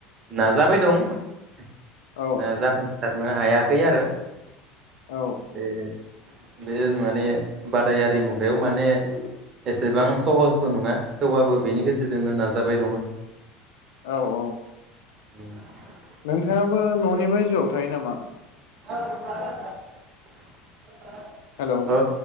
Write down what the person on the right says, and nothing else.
नाजाबाय दं ‌।
ओ जाफुंसारनो हाया खै आरो।
बे बे जुमाने बादायारि मुगायाव माने एसेबां सहस थ' नङा थेवबाबो बेनि गेजेरजोंनो नाजाबाय दङो।
<inaudible>
<unintelligible>
औ